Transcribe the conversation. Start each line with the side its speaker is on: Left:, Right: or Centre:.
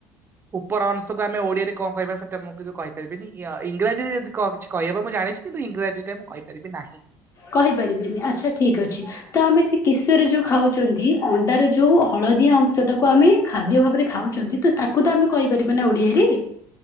Right: ଉପର ଅଂଶକୁ ଆମେ ଓଡିଆରେ କଣ କହିବା ସେଟା ମୁଁ କିନ୍ତୁ କହିପାରିନି ଇୟା ଇଂରାଜୀରେ ଯଦି କ କିଛି କହିବ ମୁଁ ଜାଣିଚି। କିନ୍ତୁ ଇଂରାଜୀଟା ମୁଁ କହିପାରିବି ନାହିଁ।
Left: କହିପାରିବେନି ଆଚ୍ଛା ଠିକ୍ ଅଛି। ତଆମେ ସେକିଶୋରେ ଯୋଉ ଖାଉଛନ୍ତି ଅଣ୍ଡାର ଯୋଉ ହଳଦିଆ ଅଂଶ ଟାକୁ ଆମେ ଖାଦ୍ୟ ଭାବରେ ଖାଉଚନ୍ତି। ତ ତାକୁତ ଆମେ କହିପାରିବାନା ଓଡ଼ିଆରେ।